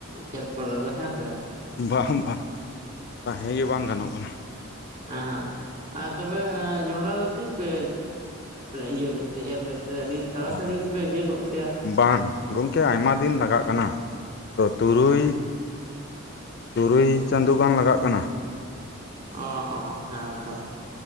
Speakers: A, on the right (about 40°); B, on the left (about 50°).
A: ᱠᱷᱮᱛ ᱠᱚᱨᱮ ᱫᱚ ᱦᱮᱸᱥᱮ
B: ᱵᱟᱝ ᱵᱟᱝ ᱛᱟᱦᱮᱸ ᱜᱮ ᱵᱟᱝ ᱜᱟᱱᱚᱜ ᱠᱟᱱᱟ᱾
A: ᱮᱸ ᱟᱨ ᱛᱚᱵᱮ ᱡᱚᱸᱰᱨᱟ ᱫᱚ ᱛᱤᱥ ᱯᱮ ᱤᱭᱟᱹ ᱞᱮᱫ ᱛᱮ ᱮᱨ ᱞᱮᱫ ᱛᱮ ᱟᱹᱰᱤ ᱛᱟᱲᱟ
B: ᱚ
A: ᱛᱟᱹᱲᱤ ᱜᱮᱯᱮ ᱤᱭᱟᱹ ᱜᱚᱫ ᱠᱮᱼᱟ
B: ᱵᱟᱝ ᱜᱚᱝᱠᱮ ᱟᱭᱢᱟ ᱫᱤᱱ ᱞᱟᱜᱟᱜ ᱠᱟᱱᱟ ᱛᱚ ᱛᱩᱨᱩᱭ ᱛᱩᱨᱩᱭ ᱪᱟᱸᱫᱳ ᱜᱟᱱ ᱞᱟᱜᱟᱜ ᱠᱟᱱᱟ
A: ᱚ ᱚ ᱦᱮᱸᱛᱚ